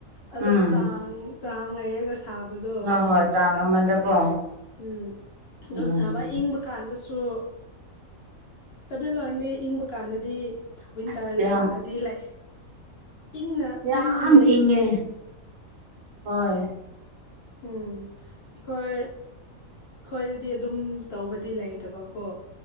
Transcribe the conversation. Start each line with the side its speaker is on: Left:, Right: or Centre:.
Left: ꯑꯗꯣ
Right: ꯎꯝ
Left: ꯆꯥꯡ ꯆꯥꯡ ꯂꯩꯔꯒ ꯁꯥꯕꯗꯣ
Right: ꯍꯣꯏ ꯍꯣꯏ ꯆꯥꯡ ꯑꯃꯗꯀꯣ
Left: ꯎꯝ
Right: ꯎꯝ
Left: ꯗꯨꯝ ꯁꯥꯕ ꯏꯪꯕ ꯀꯥꯟꯗꯁꯨ ꯇꯃꯦꯜꯂꯣꯟꯗꯤ ꯏꯪꯕ ꯀꯥꯟꯗꯗꯤ ꯋꯤꯟꯇꯔ
Right: ꯑꯁ ꯌꯥꯝ
Left: ꯂꯥꯛꯑꯗꯤ ꯂꯩ ꯏꯪꯅ
Right: ꯌꯥꯝ
Left: ꯏꯪꯕꯒꯤ ꯂꯩ
Right: ꯏꯪꯉꯦ ꯍꯣꯏ
Left: ꯎꯝ ꯑꯩꯈꯣꯏ ꯈꯣꯏꯗꯗꯤ ꯑꯗꯨꯝ ꯇꯧꯕꯗꯤ ꯂꯩꯇꯕꯀꯣ